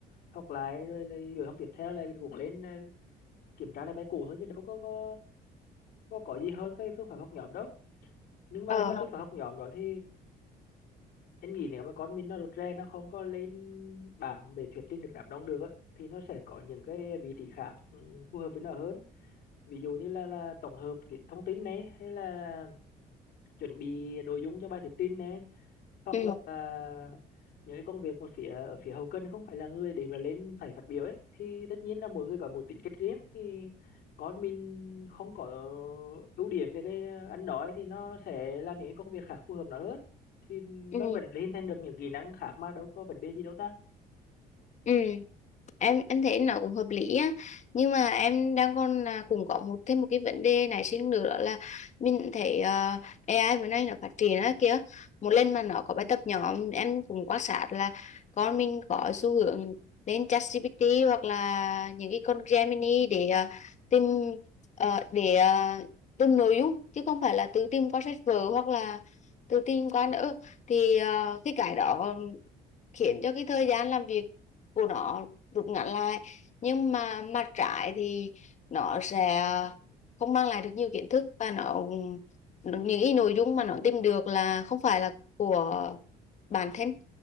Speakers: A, on the left (about 65°); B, on the left (about 45°).
A: học lại rồi lại buổi học tiếp theo là cũng lên ờ, kiểm tra lại bài cũ thôi chứ đâu có có có có gì hơn cái phương pháp học nhóm đâu nhưng mà
B: ờ
A: cái phương pháp học nhóm đó thì em nghĩ nếu mà con mình nó rụt rè nó không có lên bảng để thuyết trình được đám đông được á, thì nó sẽ có những cái vị trí khác ừ, phù hợp với nó hơn ví dụ như là là tổng hợp cái thông tin này hay là chuẩn bị nội dung cho bài thuyết trình này hoặc
B: ừ
A: là à, những cái công việc mà phía ở phía hậu cần không phải là người để mà lên phải phát biểu ấy thì tất nhiên là mỗi người có một tính cách riêng thì con mình không có ưu điểm về cái ăn nói thì nó sẽ làm những cái công việc khác phù hợp nó hơn thì nó
B: ừ
A: vẫn hình thành được những kỹ năng khác mà đâu có vấn đề gì đâu ta
B: ừ em em thấy nó cũng hợp lý á nhưng mà em đang còn là cũng có một thêm một cái vấn đề nảy sinh nữa đó là mình thấy ờ, AI bữa nay nó phát triển á kìa một lần mà nó có bài tập nhóm em cũng quan sát là con mình có xu hướng đến ChatGPT hoặc là những cái con Gemini để ờ, tìm ờ, để ờ, tìm nội dung chứ không phải là tự tìm qua sách vở hoặc là tự tìm qua nữa thì ờ, cái cái đó khiến cho cái thời gian làm việc của nó rút ngắn lại nhưng mà mặt trái thì nó sẽ không mang lại được nhiều kiến thức và nó những cái nội dung mà nó tìm được là không phải là của bản thân